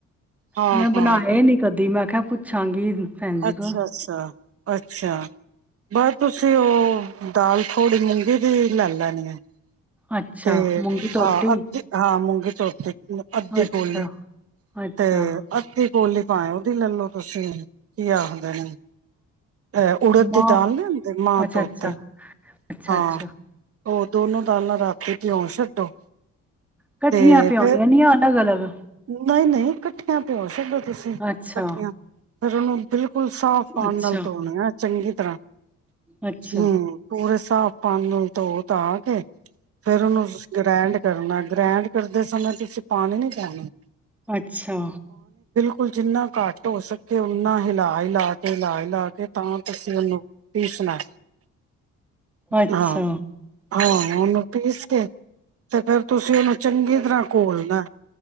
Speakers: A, on the right; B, in the centre.
A: ਹਾਂ-ਹਾਂ
B: ਮੈਂ ਬਨਾਏ ਨੀ ਕਦੀ, ਮੈਂ ਕਿਹਾ ਪੁੱਛਾਂਗੀ। ਭੈਣ ਜੀ
A: ਅੱਛਾ,
B: ਕੋਲ
A: ਅੱਛਾ। ਅੱਛਾ ਬਸ ਤੁਸੀਂ ਉ ਦਾਲ ਥੋੜ੍ਹੀ ਮੂੰਗੀ ਦੀ ਲੈ ਲੈਨੀ ਏ।
B: ਅੱਛਾ
A: ਤੇ
B: ਮੂੰਗੀ
A: <unintelligible>
B: ਧੋਤੀ
A: ਹਾਂ ਮੂੰਗੀ <unintelligible> ਅੱਧੀ
B: ਅੱਛਾ
A: ਕੋਲੀ
B: ਅੱਛਾ
A: ਤੇ ਅੱਧੀ ਕੋਲੀ ਭਾਏ ਉਹਦੀ ਲੈਲੋ ਤੁਸੀਂ। ਕੀ ਹਾਲ ਹੁੰਦੇ ਨੇ। ਅਹ ਉੜਦ
B: ਮਾਂ
A: ਦੀ ਦਾਲ ਲ ਹਦੇ ਮਾਂ
B: ਅੱਛਾ-ਅੱਛਾ,
A: ਤੋਤੇ
B: ਅੱਛਾ-ਅੱਛਾ।
A: ਹਾਂ ਉਹ ਦੋਨੋ ਦਾਲਾਂ ਰਾਤੀ ਭ ਆਉਣ ਛੱਡੋ
B: ਕੱਠੀਆਂ
A: ਤੇ
B: ਪਿਆਉਣੀਆਂ
A: ਫੇਰ
B: ਨੀਆਂ ਅਲੱਗ ਅਲੱਗ
A: ਨਹੀਂ ਨਹੀਂ ਇਕੱਠਿਆਂ ਪਿਓ ਛੱਡੋ ਅਸੀਂ ਇਕੱਠੀਆਂ
B: ਅੱਛਾ,
A: ਫਿਰ ਉਹਨੂੰ ਫੁ ਸਾਫ ਪਾਉਣ
B: ਅੱਛਾ,
A: ਨਾਲ ਨਾਲ ਤੋਣੂੰ ਹੈ ਚੰਗੀ ਤ੍ਹਾਂ
B: ਅੱਛਾ,
A: ਹਮ ਟੂਰਿਸ ਤਾਂਪਾਂ ਨੂੰ ਧੋ ਤ ਆ ਕੇ ਫੇਰ ਉਹਨੂੰ ਗ੍ਰੈਂਡ ਕਰਨਾ ਗ੍ਰੈਂਡ ਕਰਦੇ ਸਮੇਂ ਤੁਸੀਂ ਪਾਣੀ ਨੀ ਹਾਂ
B: ਅੱਛਾ
A: <unintelligible> ਜਿੰਨਾ ਘੱਟ ਹੋ ਸਕੇ ਓਨਾ ਹਿਲਾ ਹਿਲਾ ਤੇ ਹਿਲਾਏ ਲਾ ਤਮ ਤੱਸ ਨੂੰ ਪਸਣਾ
B: ਅੱਛਾ।
A: ਹਾਂ ਹਾਂ ਉਹਨੂੰ ਪੀਸ ਕੇ ਤੇ ਫਿਰ ਤੁਸੀਂ ਉਹ ਚੰਗੀ ਤਰ੍ਹਾਂ ਘੋਲਣਾ